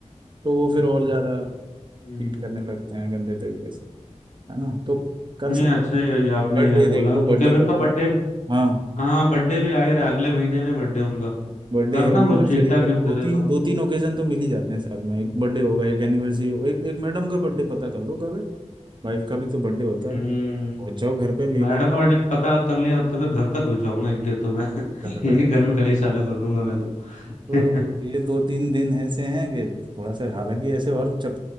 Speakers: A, on the right; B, on the left.
A: तो वो फिर और ज्यादा ट्रीट
B: हम्म।
A: करने लगते हैं गंदे तरीके से है ना तो कर
B: नहीं
A: सकते
B: अच्छा ये, ये आपने
A: बर्थडे
B: यह बोला
A: देख लो
B: क्योंकि
A: बर्थडे
B: अभी
A: का
B: उनका
A: फूल
B: बर्थडे
A: हाँ
B: हाँ बर्थडे भी आ ही रहा है अगले महीने में बर्थडे उनका
A: बर्थडे
B: करता
A: है एनिवर्सरी
B: हूँ कुछ ठीक ठाक
A: है
B: गिफ्ट
A: दो
B: दे देता
A: तीन
B: हूँ
A: दो तीन ओकेजन तो मिल ही जाते हैं साल में एक बर्थडे होगा एक एनिवर्सरी हो एक एक मैडम का बर्थडे पता कर लो कब है वाइफ का भी तो बर्थडे होता है
B: हम्म
A: पहुंच जाओ घर पे लेके
B: मैडम का बर्थडे पता कर लिया अब तो फिर घर तक घुस जाऊंगा इनके तो मैं <laughs>
A: घर पे
B: इनके घर में कलेश चालू कर दूंगा मैं तो
A: तो
B: <laughs>
A: ये दो तीन दिन ऐसे हैं कि थोड़ा सा हालांकि ऐसे और चप,